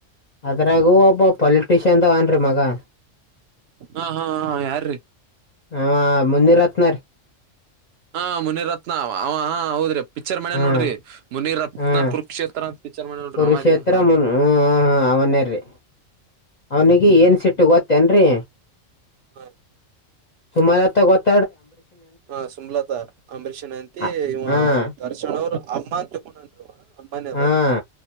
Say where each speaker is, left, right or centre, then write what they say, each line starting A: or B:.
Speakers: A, on the left; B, on the right.
A: ಅದ್ರಾಗೂ ಒಬ್ಬ ಪೊಲ್ಟ ಟಷನ್ಂದಾಗಾನ್ರಿ ಮಗಾ
B: ಹಾ ಹಾ ಹಾ ಯಾರ್ರೀ
A: ಹ ಮುನ್ನಿರತ್ನ ರೀ
B: ಹಾ ಮುನಿರತ್ನ ಅವ ಹಾ ಹೌದ್ರಿ ಪಿಕ್ಚರ್ ಮಾಡ್ಯನ
A: ಹಾಂ
B: ನೋಡ್ರಿ ಮುನಿರತ್ನ
A: ಹಾಂ
B: ಕುರುಕ್ಷೇತ್ರ ಅಂತ ಪಿಕ್ಚರ್ ಮಾಡ್ಯಾನ್ ನೋಡ್ರಿ
A: ಕುರುಕ್ಷೇತ್ರ
B: ಅವ ರೀ ಹಾ
A: ಮು
B: ರೀ
A: ಹ್ಮ್ ಹ ಹಾ ಅವನೇರ್ರಿ ಅವ್ನಿಗಿ ಏನ್ ಸಿಟ್ಟು ಗೋತ್ತೇನ್ರಿ
B: ಹಾ ರೀ
A: ಸುಮಲತಾ ಗೋತ್ತ
B: ಹಾ ಸುಮಲತಾ ಅಂಬರೀಷನ್ ಹೆಂಡತಿ
A: ಅ-
B: ಇವ
A: ಹಾಂ
B: ದರ್ಶನ್ ಅವರ ಅಮ್ಮ ಅಂತ ತಳಕೊಂಡನ್ರಿ ಅವ ಅಮ್ಮನೇ ಅದಾರೀ
A: ಹಾಂ